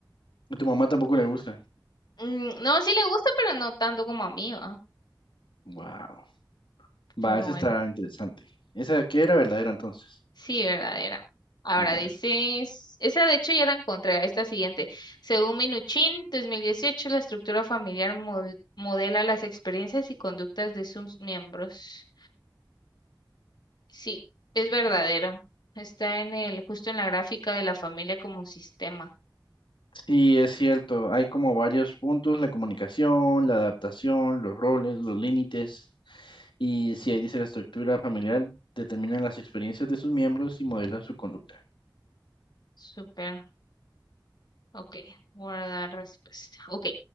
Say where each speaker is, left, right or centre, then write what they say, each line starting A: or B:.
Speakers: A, on the left; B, on the left.
A: A tu mamá tampoco le gusta.
B: mm, No, sí le gusta, pero no tanto como a mí, ¿va?
A: Wow.
B: Pero
A: Va, esa
B: bueno.
A: está interesante. ¿Esa que era verdadera entonces?
B: Sí, verdadera. Ahora
A: Dale.
B: dices, esa de hecho ya la encontré, esta siguiente. Según Minuchin, 2018, la estructura familiar mol- modela las experiencias y conductas de sus miembros. Sí, es verdadero. Está en el, justo en la gráfica de la familia como sistema.
A: Sí, es cierto, hay como varios puntos, la comunicación, la adaptación, los roles, los límites, y si ahí dice la estructura familiar, determinan las experiencias de sus miembros y modela su conducta.
B: Súper. Ok, guardar respuesta. Ok,